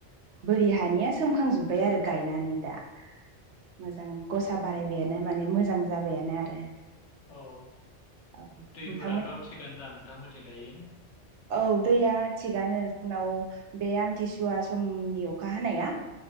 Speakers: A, on the right; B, on the left.
A: बोरि हानिया सोमखांजोब्बाय आरो गायनानै दा। मोजां गसा बारायबायानो माने मोजां जाबायानो आरो।
B: औ
A: औ
B: दैफोराथ'
A: नोंथांमोन
B: थिगानो दा नोंथांमोनथिं दायो
A: औ दैया थिगानो जोंनाव। बे आमथिसुवा समनि अखा हानाया